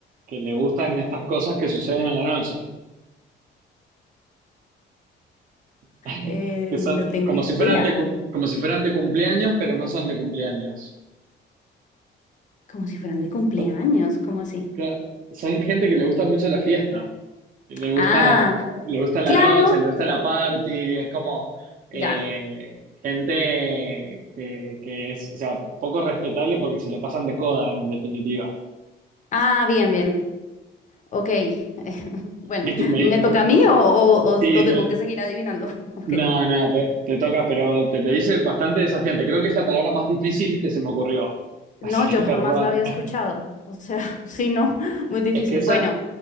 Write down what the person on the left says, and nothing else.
Eh,
no tengo
idea.
Como si fueran de cumpleaños,
¿cómo así?
Ah,
claro,
ya.
Ah, bien, bien. Ok. <laughs> Bueno,
¿me
toca a mí o, o- o-
o tengo
que seguir adivinando? <laughs> Ok.
No, yo
jamás
la había escuchado. O sea, <laughs> sí, no, muy difícil.
Bueno,